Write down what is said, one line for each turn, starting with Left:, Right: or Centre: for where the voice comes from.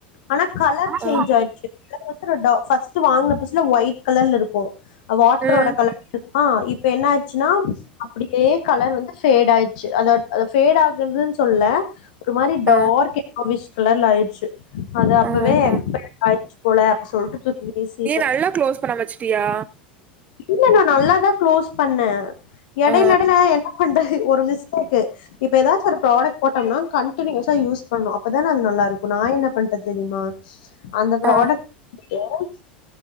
Left: ஆனா கலர் சேஞ்ச்
Right: ஆ
Left: ஆயிருச்சு <unintelligible> ஃபர்ஸ்ட் வாங்கின புதுசுல ஒயிட் கலர்ல இருக்கு வாட்டரோட
Right: ம்
Left: கலர் அத்த்தா இப்ப என்ன ஆச்சுனா அப்டியே கலர் வந்து ஃபேட் ஆயிச்சு அத அத ஃபேட் ஆகுறதுன் சொல்ல ஒரு மாரி டார்க்
Right: ஆ
Left: எல்லோவிஸ் கலர்ல ஆயிச்சு அத அப்பவே
Right: ஆ
Left: எக்ஸ்பரைடு
Right: ஆ
Left: ஆயிச்சு போல அப்டி சொல்ட்டு தூக்கி வீசிட்டே
Right: நீ நல்லா க்ளோஸ் பண்ண வச்சுட்டியா
Left: இல்ல நா நல்லாதா க்ளோஸ் பண்ண எடைல
Right: ஆ
Left: எடைல என்ன பண்ற ஒரு மிஸ்டேக்கு இப்ப எதாச்சு ஒரு ப்ராடக்ட் போட்டம்னா கண்டினியூஸ் தா யூஸ் பண்ணு அப்பதான அது நல்லாருக்கு நா என்ன பண்ணிட்ட தெரிமா அந்த ப்ராடக்ட்
Right: ஆ
Left: ஏன்